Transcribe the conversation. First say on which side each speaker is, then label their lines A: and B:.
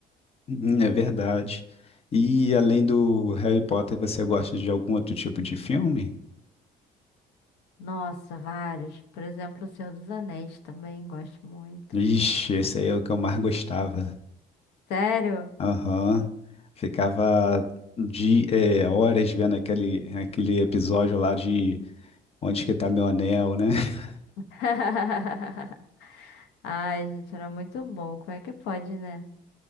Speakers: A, on the left (about 35°); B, on the left (about 90°).
A: Hum, É verdade. E além do Harry Potter, você gosta de algum outro tipo de filme?
B: Nossa, vários. Por exemplo, O Senhor dos Anéis também gosto muito.
A: Ixi, esse aí é o que eu mais gostava.
B: Sério?
A: Aham. Ficava de é, horas vendo aquele, aquele episódio lá de Onde que tá meu anel, né? <laughs>
B: <laughs> Ai, gente, era muito bom. Como é que pode, né?